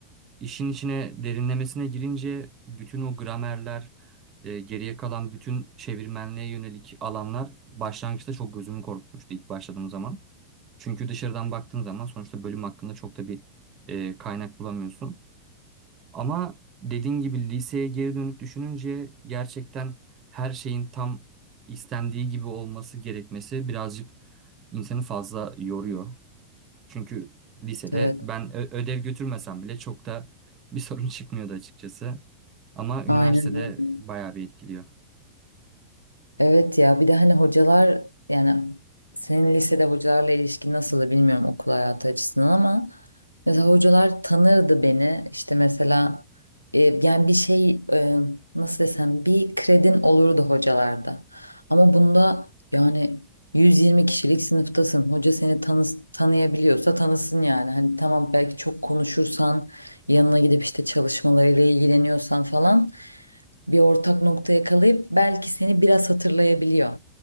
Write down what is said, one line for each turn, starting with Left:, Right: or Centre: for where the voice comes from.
Right: işin içine derinlemesine girince bütün o gramerler, e, geriye kalan bütün çevirmenliğe yönelik alanlar başlangıçta çok gözümü korkutmuştu ilk başladığım zaman. Çünkü dışarıdan baktığın zaman sonuçta bölüm hakkında çok da bir e, kaynak bulamıyorsun. Ama dediğin gibi liseye geri dönüp düşününce gerçekten her şeyin tam istendiği gibi olması gerekmesi birazcık insanı fazla yoruyor. Çünkü lisede
Left: Evet.
Right: ben ö- ödev götürmesem bile çok da bir <laughs> sorun çıkmıyordu açıkçası. Ama üniversitede
Left: Aynen öyle.
Right: bayağı bir etkiliyor.
Left: Evet ya bir de hani hocalar yani senin lisede hocalarla ilişkin nasıldı bilmiyorum okul hayatı açısından ama mesela hocalar tanırdı beni işte mesela e, yani bir şey e, nasıl desem bir kredin olurdu hocalarda ama bunda yani 120 kişilik sınıftasın hoca seni tanı- tanıyabiliyorsa tanısın yani hani tamam belki çok konuşursan yanına gidip işte çalışmalarıyla ilgileniyorsan falan bir ortak nokta yakalayıp belki seni biraz hatırlayabiliyor.